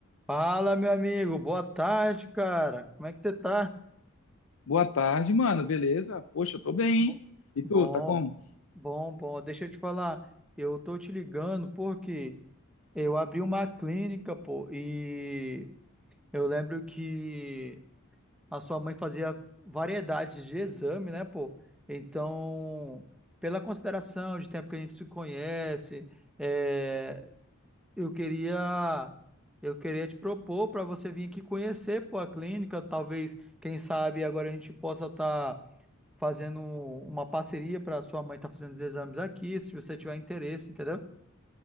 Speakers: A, in the centre; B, on the left (about 65°).
A: Fala, meu amigo. Boa tarde, cara. Como é que você tá?
B: Boa tarde, mano. Beleza? Poxa, eu tô bem.
A: Bo-
B: hein? E
A: Bom,
B: tu, tá como?
A: bom, bom. Deixa eu te falar. Eu tô te ligando porque eu abri uma clínica, pô, e eu lembro que a sua mãe fazia variedades de exame, né, pô? Então, pela consideração de tempo que a gente se conhece, eh, Eu queria, eu queria te propor para você vir aqui conhecer, pô, a clínica. Talvez, quem sabe, agora a gente possa estar fazendo uma parceria para sua mãe estar fazendo os exames aqui, se você tiver interesse, entendeu?